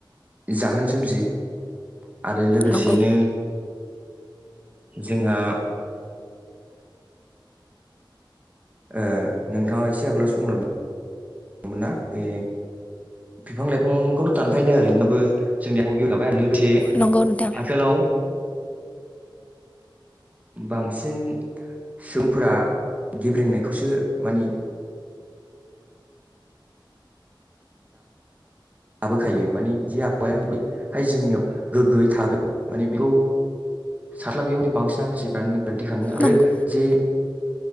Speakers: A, on the right; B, on the left.
A: जाहोन सोमजियो आरो लोगोसेयैनो
B: नंगौ
A: जोंहा ओ नोंथांङा एसे आगोलाव बुंलांदोंमोन ना बे बिफां लाइफांखौथ' दानफायनाया ओरैनोबाबो जोंनि <inaudible> थाबाय आरो लोग लोगोसे
B: नंगौ नोंथां
A: आथिखालाव बांसिन सुबुंफोरा गेब्रेंनायखौसो मानि लाबोखायो माने जे आबहावाया बैहाय जोंनियाव गोग्गोयै थागोन माने बेखौ साथ्लाबैयाव बांसिन मानसिफ्रानो दोन दि खालामो आरो
B: नंगौ
A: जे